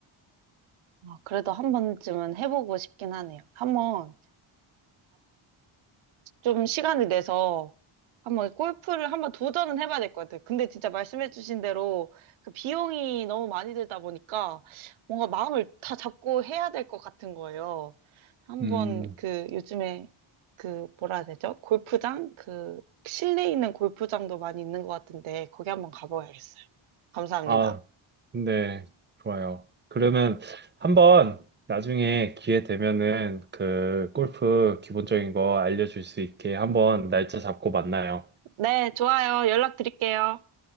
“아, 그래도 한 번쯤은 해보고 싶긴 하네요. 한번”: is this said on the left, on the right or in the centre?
Right